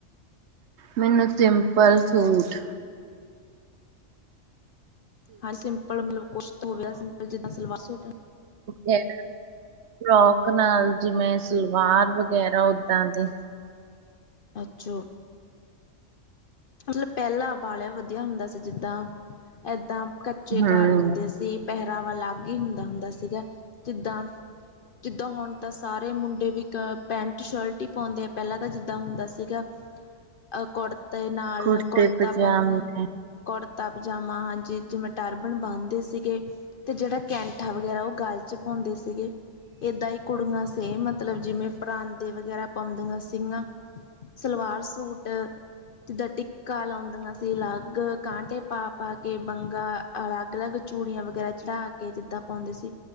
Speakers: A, on the right (about 65°); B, on the left (about 55°).
A: ਮੈਨੂੰ ਸਿੰਪਲ ਸੂਟ।
B: ਹਾਂ ਸਿੰਪਲ ਮਤਲਬ ਕੁਛ ਤਾਂ ਹੋ ਗਿਆ। ਸਿੰਪਲ ਜਿੱਦਾਂ ਸਲਵਾਰ ਸੂਟ,
A: ਯੇਸ ਫਰੋਕ ਨਾਲ ਜਿਵੇਂ ਸਲਵਾਰ ਵਗੈਰਾ ਓਦਾਂ ਦੇ,
B: ਆਜੋ, ਮਤਲਬ ਪਹਿਲਾ ਬਾਲਿਆ ਵਧੀਆ ਹੁੰਦਾ ਸੀ। ਜਿੱਦਾਂ ਏਦਾਂ ਕੱਚੇ
A: ਹਮ
B: ਘਰ ਹੁੰਦੇ ਸੀ। ਪਹਿਰਾਵਾ ਅਲੱਗ ਹੀ ਹੁੰਦਾ ਹੁੰਦਾ ਸੀਗਾ ਜਿੱਦਾਂ ਜਿੱਦਾਂ ਹੁਣ ਤਾਂ ਸਾਰੇ ਮੁੰਡੇ ਵੀ ਪੈਂਟ ਸ਼ਰਟ ਹੀ ਪਾਉਂਦੇ ਆ ਪਹਿਲਾਂ ਤਾਂ ਜਿੱਦਾਂ ਹੁੰਦਾ ਸੀਗਾ ਅ ਕੁੜਤੇ ਨਾਲ
A: ਕੁੜਤੇ
B: ਕੁੜਤਾ
A: ਪਜਾਮੇ
B: ਪਾਉਂਦਾ, ਕੁੜਤਾ ਪਜਾਮਾ ਹਾਂਜੀ ਜਿਵੇਂ ਟਰਬਨ ਬੰਨਦੇ ਸੀਗੇ ਅਤੇ ਜਿਹੜਾ ਕੈਂਠਾ ਵਗੈਰਾ ਉਹ ਗਲ 'ਚ ਪਾਉਂਦੇ ਸੀਗੇ ਇੱਦਾਂ ਹੀ ਕੁੜੀਆ ਸੇਮ ਮਤਲਬ ਜਿਵੇਂ ਪਰਾਂਦੇ ਵਗੈਰਾ ਪਾਉਂਦੀਆਂ ਸੀਗੀਆਂ ਸਲਵਾਰ ਸੂਟ ਜਿੱਦਾਂ ਟਿੱਕਾ ਲਾਉਂਦੀਆਂ ਸੀ ਅਲੱਗ ਕਾਂਟੇ ਪਾ ਪਾ ਕੇ ਵੰਗਾਂ ਅਲੱਗ ਅਲੱਗ ਚੂੜੀਆਂ ਵਗੈਰਾ ਚੜਾ ਕੇ ਜਿੱਦਾਂ ਪਾਉਂਦੇ ਸੀ।